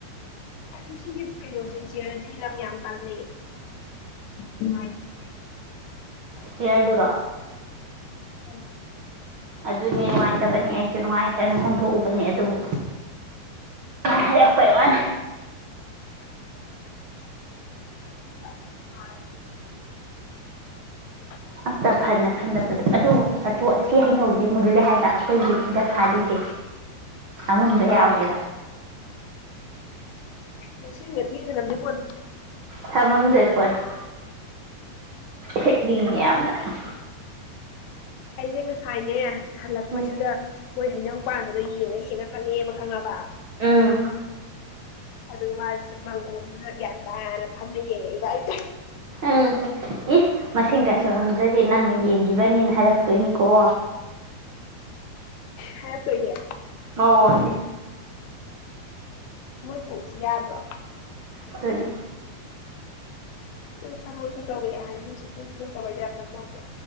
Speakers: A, on the left; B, on the right.
A: ꯑꯩ ꯁꯤꯒꯤ ꯀꯩꯅꯣꯁꯦ ꯆꯤꯌꯔꯁꯦ ꯂꯝ ꯌꯥꯝ ꯀꯥꯟꯅꯩ ꯅꯨꯡꯉꯥꯏꯇꯤꯌꯦꯦ
B: ꯆꯤꯌꯔꯗꯨꯔꯣ
A: ꯑꯣ
B: ꯑꯗꯨꯅꯦ ꯅꯨꯡꯉꯥꯏꯇꯕꯅꯦ ꯑꯩꯁꯨ ꯅꯨꯡꯉꯥꯏꯇꯅ ꯍꯣꯡꯗꯣꯛꯎꯕꯅꯦ ꯑꯗꯨꯕꯨ ꯍꯥꯏꯔꯛꯄꯩ ꯋꯥꯅꯦ
A: <unintelligible> ꯑ
B: ꯑꯝꯇ ꯐꯅ ꯈꯟꯗꯕꯗꯣ ꯑꯗꯨ ꯑꯇꯣ ꯑꯁꯤ ꯍꯩꯅꯧ ꯃꯨꯜꯂꯦ ꯍꯥꯏꯕ ꯑꯩꯈꯣꯏꯒꯤ ꯁꯤꯗ ꯇꯥꯔꯤꯁꯦ ꯃꯨꯟꯕꯥ ꯌꯥꯎꯔꯦꯕ
A: ꯃꯁꯤꯡꯒ ꯊꯤꯔ ꯊꯅꯝꯗꯣꯏ ꯄꯣꯠꯅꯤ
B: ꯊꯃꯝꯗꯣꯏ ꯄꯣꯠꯅꯤ ꯍꯦꯛꯅꯤꯡꯉꯦ ꯌꯥꯝꯅ <unintelligible>
A: ꯑꯩꯁꯦ ꯉꯁꯥꯏꯅꯦ ꯍꯜꯂꯛꯄꯩꯗꯨꯗ
B: ꯎꯝ
A: ꯃꯣꯏ ꯍꯩꯅꯧ ꯄꯥꯟꯕꯗꯣ ꯌꯦꯡꯉ ꯍꯡꯉ ꯆꯪꯉꯦꯕ ꯈꯪꯉꯕ
B: ꯎꯝ
A: ꯑꯗꯨꯒ ꯃꯥ ꯃꯪꯒꯣꯟꯗꯨꯗ ꯒ꯭ꯌꯥꯟ ꯇꯥꯅ ꯐꯝꯅ ꯌꯦꯡꯉꯛꯏꯕ ꯑꯩꯁꯦ
B: ꯎꯝ ꯏꯁ ꯃꯁꯤꯡꯒ ꯁꯨꯔꯝꯗ꯭ꯔꯗꯤ ꯅꯪꯅ ꯌꯦꯡꯈꯤꯕꯅꯤꯅ ꯍꯥꯏꯔꯛꯇꯣꯏꯅꯤꯀꯣ
A: ꯍꯥꯏꯔꯛꯇꯣꯏꯅꯦ
B: ꯃꯑꯣꯡꯑꯝꯅꯤ
A: ꯃꯣꯏ ꯀꯣꯛꯁꯤ ꯌꯥꯗ꯭ꯔꯣ
B: ꯑꯗꯨꯅꯤ
A: ꯃꯣꯏ ꯊꯕꯛꯁꯨ ꯇꯧꯔꯦ ꯍꯥꯏ ꯃꯤꯁꯨ ꯑꯗꯨꯝ ꯄꯨꯟꯗꯕꯩ ꯇꯥ꯭ꯌꯞꯇ ꯇꯧꯗ꯭ꯔꯣ